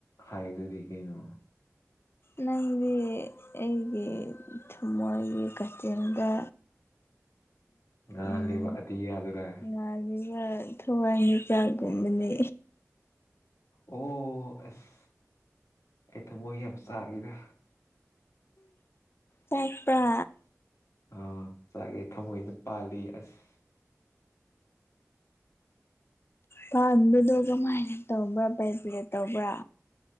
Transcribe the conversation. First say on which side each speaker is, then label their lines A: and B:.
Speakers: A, on the left (about 70°); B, on the left (about 45°).
A: ꯍꯥꯏꯗꯨꯗꯤ ꯀꯩꯅꯣ
B: ꯅꯪꯗꯤ ꯑꯩꯒꯤ ꯊꯃꯣꯏꯒꯤ ꯀꯥꯆꯤꯟꯗ
A: ꯉꯥꯜꯂꯦꯕ
B: ꯎꯝ
A: ꯑꯇꯤꯌꯥꯗꯨꯔ
B: ꯉ ꯊꯋꯥꯏꯃꯤꯆꯥꯛꯒꯨꯝꯕꯅꯦ
A: ꯑꯣ ꯑꯁ ꯑꯩ ꯊ ꯃ ꯌꯥꯝ ꯁꯥꯔꯤꯗ
B: ꯇꯦꯛꯄ꯭ꯔ
A: ꯑꯥ ꯆꯥꯒꯦ ꯊꯃꯣꯏꯗ ꯄꯥꯜꯂꯤ ꯑꯁ
B: ꯄꯥꯟꯕꯗꯣ ꯀꯃꯥꯏꯅ ꯇꯧꯕ꯭ꯔꯥ ꯄꯥꯏꯕꯤꯔ ꯇꯧꯕ꯭ꯔꯥ